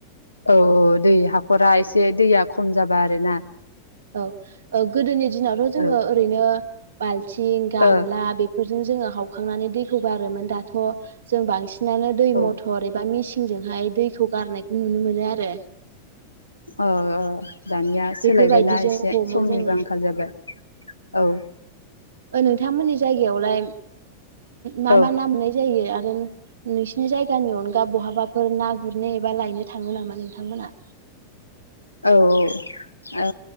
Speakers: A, on the left; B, on the right.
A: औ औ दै हाख'रा एसे दैया खम जाबा आरोना
B: औ औ गोदोनि दिनावथ' जोङो
A: औ ओ
B: ओरैनो बाल्थिं गामला
A: औ
B: बेफोरजों जोङो हावखांनानै दैखौ गारोमोन दाथ' जों बांसिन बिसिानो दै
A: ओ
B: मथर एबा मिसिन ंजोंहाय दैखौ गारनायखौ नुनो मोनो आरो
A: अ औ दानिया
B: बेफोरबायदिजों
A: सोलायबायना एसे
B: हमो
A: समनिबो
B: जोङो
A: आंखाल जाबाय औ
B: नोंथांमोननि जायगायावलाय मा
A: औ
B: मा ना मोननाय जायो आरो नसनो जाय नि अनगा बहाबाफोर ना गुरनोबा बा लायनो थाङो नामा नोंथांमोना
A: औ